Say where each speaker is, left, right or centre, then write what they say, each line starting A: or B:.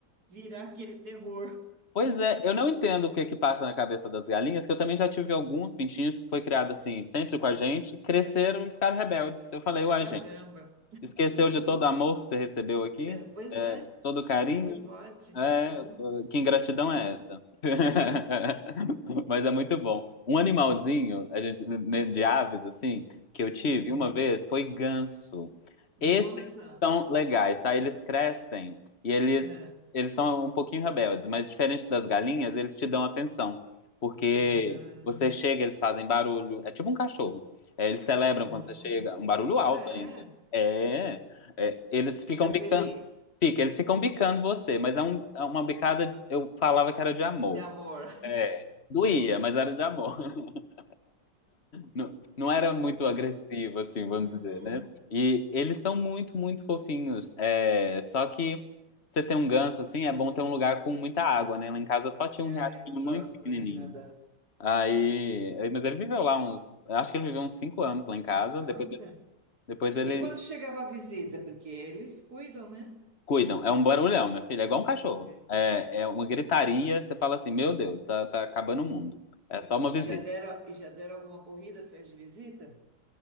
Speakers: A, on the right; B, on the left.
A: virar aquele terror?
B: Pois é, eu não entendo o que que passa na cabeça das galinhas, que eu também já tive alguns pintinhos que foi criado assim, sempre com a gente, cresceram e ficaram rebeldes. Eu falei, uai,
A: Caramba!
B: gente, esqueceu de todo o amor que você recebeu aqui?
A: <laughs> Pois é,
B: todo carinho.
A: como é que pode?
B: É,
A: Então,
B: que ingratidão é essa? <laughs> Mas é muito bom. Um animalzinho, a gente, né, de aves, assim, que eu tive
A: uhum.
B: uma vez foi ganso.
A: Nossa!
B: Esses são legais, tá? Eles crescem e eles,
A: É.
B: eles são um pouquinho rebeldes, mas diferente das galinhas, eles te dão atenção. Porque
A: Ah.
B: você chega, eles fazem barulho. É tipo um cachorro. É, eles celebram
A: Uhum.
B: quando você chega, um barulho alto
A: Ah, é?
B: ainda. É, é, eles
A: Fica
B: ficam
A: feliz
B: bicando. Fica, eles ficam bicando você, mas é, um, é uma bicada, de- eu falava que era de amor.
A: de amor.
B: É, doía, mas era de amor. <laughs> Não, não era muito agressivo, assim, vamos
A: Uhum.
B: dizer, né? E eles são muito, muito fofinhos. É, só que você tem um ganso, assim, é bom ter um lugar com muita água, né? Lá em casa só tinha
A: Ah,
B: um riachinho
A: eles gostam,
B: muito pequenininho.
A: né, de nadar.
B: Aí, aí- mas ele viveu lá uns, acho que ele viveu uns cinco anos lá em casa,
A: Nossa.
B: depois, ele- depois ele...
A: E quando chegava a visita? Porque eles cuidam, né?
B: Cuidam, é um barulhão, minha filha, é igual um cachorro.
A: É.
B: É, é uma gritaria, você fala assim, meu Deus, tá, tá acabando
A: E,
B: o mundo. É só uma visita.
A: e já deram, e já deram alguma corrida atrás de visita?